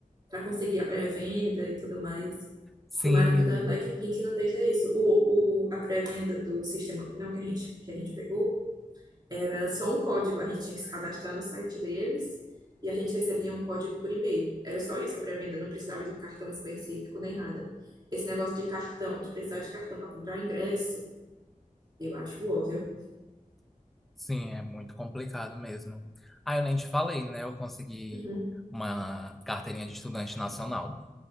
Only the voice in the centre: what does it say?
Sim,
sim, é muito complicado mesmo. Ah, eu nem te falei, né? Eu consegui
uma carteirinha de estudante nacional,